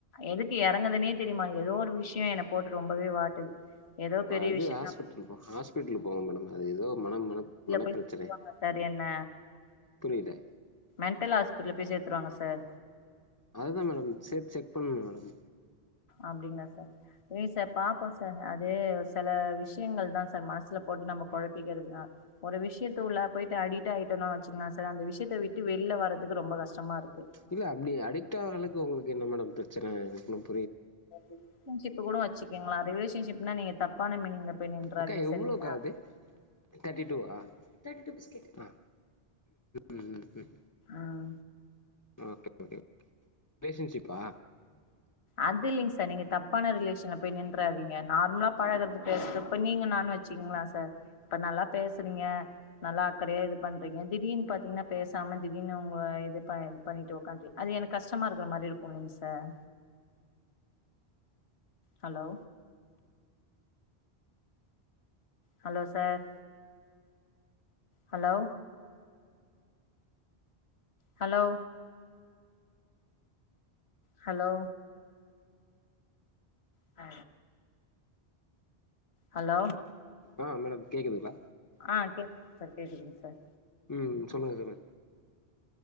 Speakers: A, on the left (about 70°); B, on the left (about 25°).
A: எதுக்கு எறங்குதுனே தெரியமாட் ஏதோ ஒரு விஷய என்ன போட்டு ரொம்பவே வாட்டுது ஏதோ பெரிய
B: அது
A: விஷயோ
B: ஹாஸ்பிட்டல்
A: நா
B: ஹாஸ்பிடலுக்கு போங்க மேடம் அது ஏதோ மன மன மனப்
A: போய்
B: பிரச்சனை
A: சேத்துருவாங்க சார் என்ன
B: புரில
A: மெண்டல் ஹாஸ்பிடல் பேய் சேத்துருவாங்க சார்
B: அதுதா மேடம் சேத் செக் பண்ணணு மேடம்
A: அப்டிங்களா சார் நீ சார் பாப்போ சார் து செல விஷயங்கள் தா சார் மனசுல போட்டு நம்ம கொழப்பிக்கிறது தா ஒரு விஷயத்து உள்ள போயிட்டு அடிட் ஆயிட்டோ வச்சுக்கங்களா சார் அந்த விஷயத்த விட்டு வெளில வரறதுக்கு ரொம்ப கஷ்டமா இருக்கு
B: இல்ல அப்டி அடிக்ட் ஆகுற அளக்கு உங்களுக்கு என்ன மேடம் பிரச்சனை எனக்கு ஒன்னு
A: ரிலேஷன்ஷிப் கூட வச்சுக்கோங்களா ரிலேஷன்ஷிப்னா நீங்க தப்பான மீனிங்ல போய் நின்றாதீங்க
B: அக்கா எவ்ளோக்கா
A: சரிங்களா
B: அது தட்டிடுவா தட்டி டு பிஸ்கட் ஆ ம்
A: ம்
B: ஒகே ஒகே ரிலேஷன்ஷிப்பா
A: அது இல்லங் சார் நீங்க தப்பான ரிலேஷன் போய் நின்றாதீங்க நார்மலா பழகுறது பேசது இப்ப நீங்க நான் வச்சி ங்களா சார் இப்ப நல்லா பேசுறீங்க நல்லா அக்கறையா இது பண்றீங்க திடீனு பாத்தீங்ன்னா பேசாம திடீனு உங்க இது இ பண்ணிட்டு உக்காதி அது எனக்கு கஷ்டமா இருக்கற மாரி இருக்குல்லங்க sir hello hello sir hello hello hello ஆ ஹலோ
B: ஆ மேடம் கேக்குதுங்களா
A: ஆ கேக்குது சார் கேக்குதுங்க சார்
B: ம் சொல்லுங்க தோழி